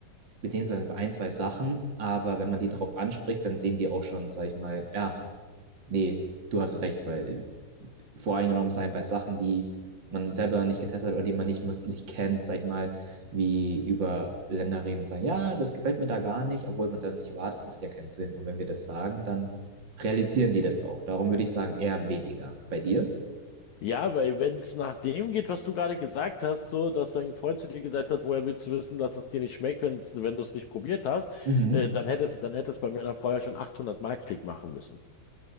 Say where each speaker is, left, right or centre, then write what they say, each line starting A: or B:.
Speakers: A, on the right; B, on the left.
A: beziehungsweise bei ein, zwei Sachen. Aber wenn man die drauf anspricht, dann sehen die auch schon, sag ich mal, ja, nee, du hast recht, weil voreingenommen sein bei Sachen, die man selber noch nicht getestet hat oder die man nicht wirklich kennt, sag ich mal, wie über Länder reden und sagen, ja, das gefällt mir da gar nicht, obwohl man selber nicht war, das macht ja keinen Sinn. Und wenn wir das sagen, dann realisieren die das auch. Darum würde ich sagen, eher weniger. Bei dir?
B: Ja, weil wenn es nach dem geht, was du gerade gesagt hast, so, dass dein Freund zu dir gesagt hat, woher willst du wissen, dass es dir nicht schmeckt, wenn's, wenn du es nicht probiert hast,
A: Mhm.
B: äh, dann hätte es, dann hätte es bei meiner Frau ja schon 800 Mark Klick machen müssen.